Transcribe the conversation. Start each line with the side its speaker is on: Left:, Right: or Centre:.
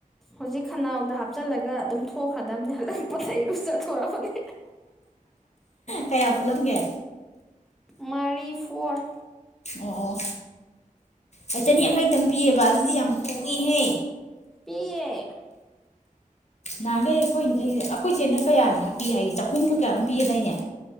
Centre: ꯍꯧꯖꯤꯛ ꯈꯅꯥꯎꯗ ꯍꯥꯞꯆꯜꯂꯒ ꯑꯗꯨꯝ ꯊꯣꯛꯈ꯭ꯔꯗꯕꯅꯦ ꯍꯂꯛ ꯄꯣꯠꯆꯩ <unintelligible> ꯑꯗꯨ ꯆꯠꯊꯣꯔꯑꯕꯅꯤ
Left: ꯀꯌꯥ ꯐꯨꯠꯂꯝꯒꯦ꯫
Centre: ꯃꯔꯤ ꯐꯣꯔ꯫
Left: ꯑꯣ ꯑꯩ ꯆꯅꯤ ꯌꯥꯡꯈꯩꯇꯪ ꯄꯤꯌꯦꯕ ꯑꯗꯨꯗꯤ ꯌꯥꯝ ꯍꯣꯡꯉꯦꯍꯦ꯫
Centre: ꯄꯤꯌꯦ
Left: ꯅꯍꯥꯟꯈꯩ ꯑꯩꯈꯣꯏ ꯑꯩꯈꯣꯏꯆꯦꯅ ꯀꯌꯥꯅꯤ ꯍꯥꯞꯄꯤ ꯍꯥꯏꯒꯦ ꯆꯍꯨꯝꯒ ꯀꯌꯥꯅꯣꯝ ꯄꯤꯌꯦꯗꯥꯏꯅꯦ